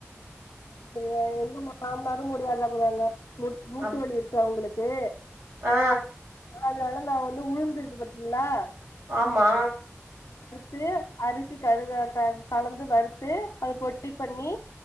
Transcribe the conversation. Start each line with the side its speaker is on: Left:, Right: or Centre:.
Left: அப்படியா எங்க மாமனாரு முடியாதவங்கதா மு மூட்டுவலி
Right: அப்
Left: இருக்கு அவுங்களுக்கு
Right: ஆ
Left: அதனால நா வந்து உளுந்திருக்கு பாத்திங்ளா
Right: ஆமா
Left: து அரிசி கடுகு க கலந்து வறுத்து அது பொடி பண்ணி